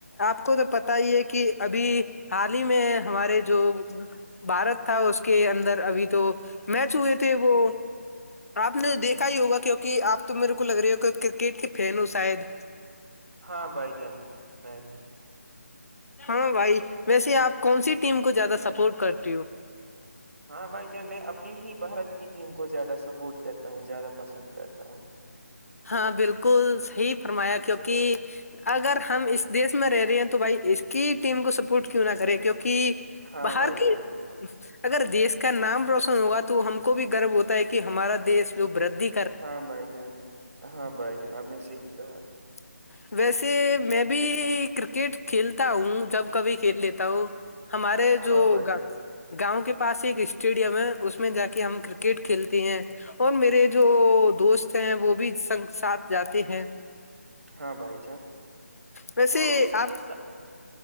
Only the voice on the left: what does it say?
آپ کو تو پتا ہی ہے کہ ابھی حال ہی میں ہمارے جو بھارت تھا اس کے اندر ابھی تو میچ ہوئے تھے وہ آپ نے دیکھا ہی ہوگا کیونکہ آپ تو میرے کو لگ رہی ہو کہ کرکٹ کی فین ہوں شاید
ہاں بھائی ویسے آپ کون سی ٹیم کو زیادہ سپورٹ کرتی ہو
ہاں بالکل صحیح فرمایا کیونکہ اگر ہم اس دیش میں رہ رہے ہیں تو بھائی اس کی ٹیم کو سپورٹ کیوں نہ کرے کیونکہ
باہر
کی
اگر دیش کا نام روشن ہوگا تو ہم کو بھی گرو ہوتا ہے کہ ہمارا دیش جو وردی
<inaudible> ویسے میں بھی کرکٹ کھیلتا ہوں جب کبھی کھیل لیتا ہوں ہمارے جو
ہوگا
گاؤں کے پاس ایک اسٹیڈیم ہے اس میں جا کے ہم کرکٹ کھیلتے ہیں اور میرے جو دوست ہیں وہ بھی سنگ ساتھ جاتے ہیں
ویسے
آپ